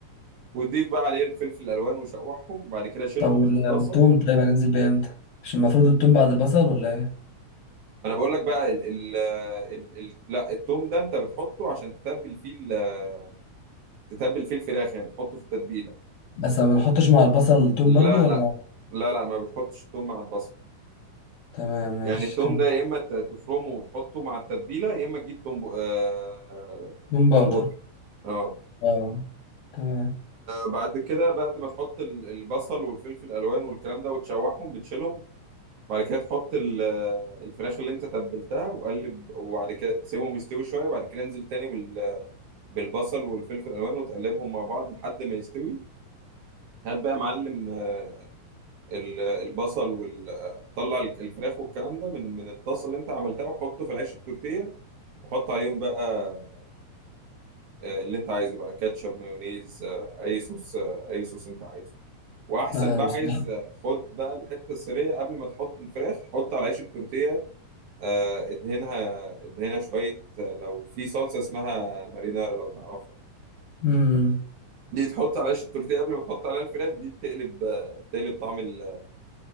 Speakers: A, on the right; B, on the left.
A: وتضيف بقى عليه الفلفل الالوان وشوحهم وبعد كده شيلهم
B: طب وال-
A: من الطاسه
B: والتوم
A: ما
B: طيب هننزل بيه امتى مش المفروض التوم بعد البصل ولا ايه
A: انا بقول لك بقى ال ال ال ال لا التوم ده انت بتحطه عشان تتبل فيه ال- تتبل فيه الفراخ يعني بتحطه في التتبيله
B: بس ما بنحطش مع البصل توم
A: لا
B: برضو ولا
A: لا لا لا ما بتحطش التوم مع البصل
B: تمام ماشي
A: يعني التوم
B: كم
A: ده يا اما ت- تفرمه وتحطه مع التتبيله يا اما تجيب توم بو... آه...
B: توم باودر
A: توم بودر اه
B: اه تمام
A: بعد كده بعد ما تحط ال- البصل والفلفل الالوان والكلام ده وتشوحهم بتشيلهم بعد كده تحط ال- الفراخ اللي انت تبلتها وقلب وبعد كده تسيبهم يستوي شويه بعد كده انزل تاني بال- بالبصل والفلفل الالوان وتقلبهم مع بعض لحد ما يستوي هات بقى يا معلم آه، ال- البصل وال آه، طلع ال- الفراخ والكلام ده من من الطاسه اللي انت عملتها وحطه في العيش التورتيه وحط عليهم بقى آه، اللي انت عايزه بقى كاتشب مايونيز آه، اي صوص آه، اي صوص انت عايزه واحسن
B: لا
A: بقى
B: بصراحة
A: عايز آه، خد بقى الحته السريه قبل ما تحط الفراخ حط على عيش التورتيه آه، ادهنها ادهنها شويه آه، لو في صلصه اسمها مارينارا لو تعرفها
B: امم
A: دي تحط على عيش التورتيه قبل ما تحط عليها الفراخ دي بتقلب آه، بتقلب طعم ال-